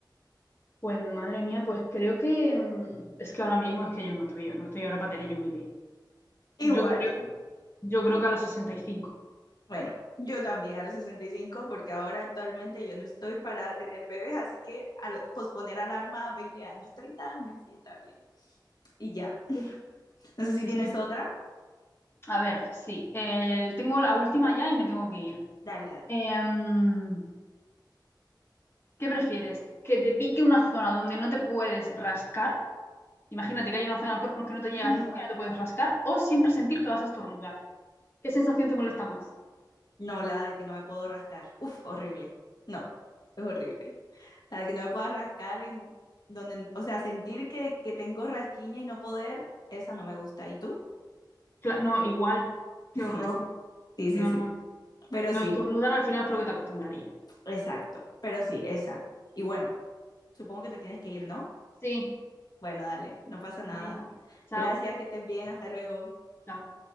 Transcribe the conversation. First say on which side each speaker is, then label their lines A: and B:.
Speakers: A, on the left (about 30°); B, on the left (about 55°).
A: Pues madre mía, pues creo que mm, es que ahora mismo es que yo no estoy, no estoy ahora para tener yo un bebé.
B: Igual.
A: Yo creo, yo creo que a los 65.
B: Bueno, yo también a los 65 porque ahora actualmente yo no estoy para tener bebés, así que al- posponer alarma a 20 años, 30 años, y está bien. Y ya.
A: Uf,
B: No sé
A: sí,
B: si tienes
A: sí.
B: otra.
A: A ver, sí. eh, tengo la última ya y me tengo que ir.
B: Dale, dale.
A: Em, ¿qué prefieres? ¿Que te pique una zona donde no te puedes rascar? Imagínate que hay una zona del cuerpo en que no te llegas
B: Ujú.
A: nunca y no te puedes rascar. ¿O siempre sentir que vas a estornudar? ¿Qué sensación te molesta más?
B: No, la de que no me puedo rascar. Uf, horrible. No, es horrible. La de que no me pueda rascar en donde, o sea, sentir que, que tengo rasquiña y no poder, esa no me gusta. ¿Y tú?
A: Cla- no, igual. Qué
B: <laughs>
A: horror.
B: Sí, sí. Sí,
A: No,
B: sí, sí.
A: no.
B: Pero
A: No,
B: sí,
A: estornudar al final creo que te acostumbraría.
B: exacto. Pero sí, esa. Y bueno, supongo que te tienes que ir, ¿no?
A: Sí.
B: Bueno, dale, no pasa nada.
A: Venga. Chao.
B: Gracias, que estés bien, hasta luego.
A: Chao.